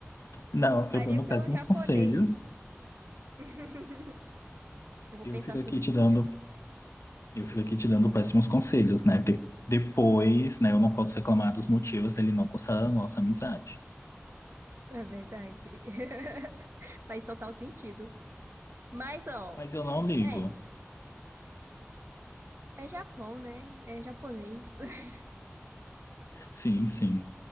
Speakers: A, on the left; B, on the right.
A: Não, eu
B: Faria
A: dando
B: pelo
A: péssimos
B: japonês.
A: conselhos,
B: <laughs> Eu vou
A: eu
B: pensar
A: fico aqui
B: sobre
A: te
B: isso.
A: dando, eu fico aqui te dando péssimos conselhos, né? De- depois, né, eu não posso reclamar dos motivos dele não gostar da nossa amizade.
B: É verdade. <laughs> Faz total sentido. Mas, ó,
A: Mas eu não ligo.
B: é. É Japão, né? É japonês. <laughs>
A: Sim, sim.